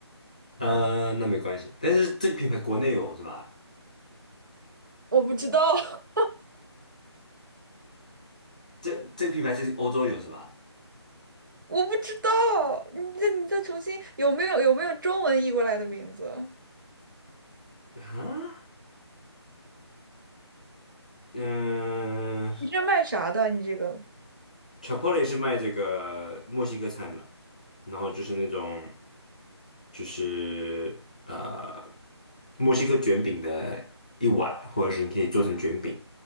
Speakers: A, on the left (about 15°); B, on the right (about 45°).
A: 呃，那没关系。但是这个品牌国内有是吧？
B: 我不知道，<laughs>
A: 这这个品牌是欧洲有是吧？
B: 我不知道。你再你再重新，有没有有没有中文译过来的名字？
A: 啊，嗯、
B: 你这卖啥的？你这个
A: c h i p o l e 是卖这个墨西哥餐的，然后就是那种就是呃墨西哥卷饼的一碗，或者是你可以做成卷饼，